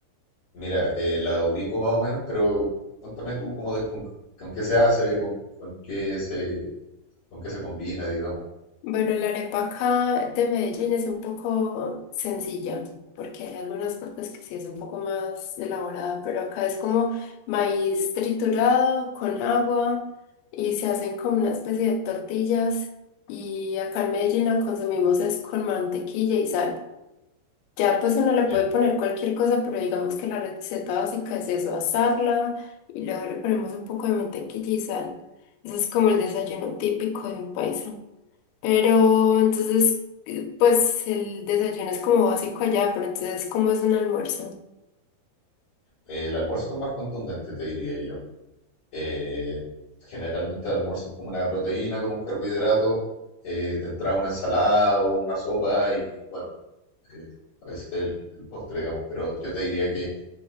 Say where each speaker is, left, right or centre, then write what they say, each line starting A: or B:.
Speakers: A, on the left; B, on the left.
A: Mira, eh, la ubico más o menos, pero cuéntame tú cómo de, con, con qué se hace, con, con qué se, con qué se combina, digamos.
B: Bueno, la arepa acá de Medellín es un poco sencilla, porque hay algunas partes que sí es un poco más elaborada, pero acá es como maíz triturado con agua y se hacen como una especie de tortillas y acá en Medellín la consumimos es con mantequilla y sal. Ya pues uno le
A: Ya.
B: puede poner cualquier cosa, pero digamos que la receta básica es eso, asarla y luego le ponemos un poco de mantequilla y sal. Ese es como el desayuno típico de un país. Pero entonces, eh, pues el desayuno es como básico allá, pero entonces, ¿cómo es un almuerzo?
A: eh, El almuerzo es más contundente, te diría yo. Eh, generalmente el almuerzo es como una proteína con un carbohidrato eh, de entrada una ensalada o una sopa y bueno, eh, a veces el, el postre, digamos, pero yo te diría que